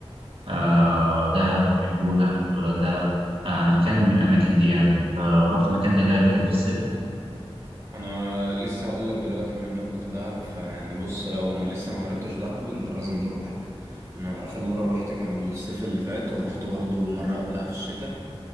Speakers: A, on the right (about 60°); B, on the right (about 30°).
A: آه دهب الجونة الغردقة آه مكان من الأماكن دي يعني أنت رحت مكان زي ده قبل كده في الصيف؟
B: أنا لسه هقولك دلوقتي بما إنك قلت دهب فيعني بص لو ما لسه ما جربتش دهب أنت لازم تروح أنا آخر مرة رحت كان الصيف اللي فات ورحت برضو مرة قبلها في الشتاء